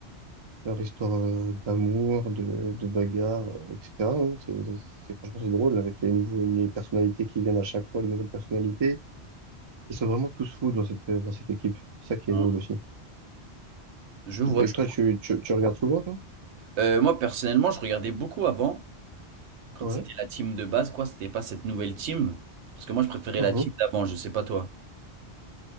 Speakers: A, on the right; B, on the right.
A: leur histoire euh, d'amour, de, de bagarre, euh, etc. hein. C'est, c'est, franchement, c'est drôle avec les nouveaux, les personnalités qui viennent à chaque fois, les nouvelles personnalités. Ils sont vraiment tous fous dans cette, euh, dans cette équipe. C'est ça qui
B: Hein,
A: est drôle aussi.
B: je vois,
A: Et
B: je
A: toi,
B: vois.
A: tu, tu, tu regardes souvent, toi?
B: Euh, moi, personnellement, je regardais beaucoup avant. Quand
A: Ouais.
B: c'était la team de base, quoi, c'était pas cette nouvelle team? Parce que moi, je préférais
A: Mhm.
B: la team d'avant, je sais pas toi.